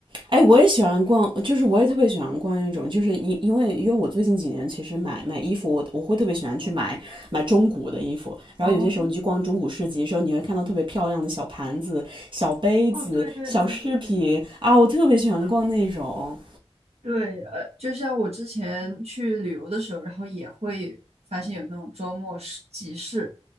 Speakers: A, on the right; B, on the right.
A: 哎，我也喜欢逛，就是我也特别喜欢逛那种，就是因因为因为我最近几年其实买买衣服，我我会特别喜欢去买买中古的衣服，然后有些时候你去逛中古市集的时候，
B: 哦，
A: 你会看到特别漂亮的小盘子、小杯子、
B: 哦，对对对对对，
A: 小饰品啊，我特别喜欢逛那种。
B: 嗯对，呃，就像我之前去旅游的时候，然后也会发现有那种周末市集市，